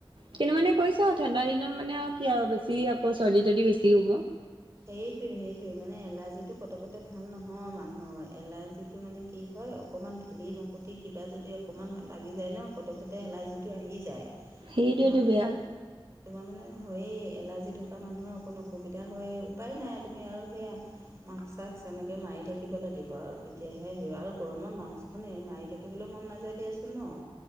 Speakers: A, on the right; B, on the right.
A: কিন্তু মানে কৈছা আও ঠাণ্ডা দিনত মানে আও কি আও বেছি আকৌ চৰ্দি তৰ্দি বেছি হ'ব।
B: সেইটোৱে সেইটোৱে মানে এলাৰ্জি টো পটকতে ভাল নহয় মানুহৰ এলাৰ্জিটো মানে। কি হয় অকণমান ধূলি মাকতি কিবা যদি অকণমান লাগি যায় ন পটকতে এলাৰ্জিটো আহি যায়।
A: সেইটোৱেতো
B: তোমাৰ মানে,
A: বেয়া
B: তোমাৰ মানে হয় এলাৰ্জি থকা মানুহৰ অকণ অসুবিধা হয়ো। উপাই নাই তুমি আৰু সেয়া - মাক্স চাক্স এনেকে মাৰি থাকিব লাগিব আৰু তেতিয়াহে হে, আৰু গৰত মাক্স <unintelligible> মাৰি থাকিবলৈ মন নাযায় দিয়াচোন ন?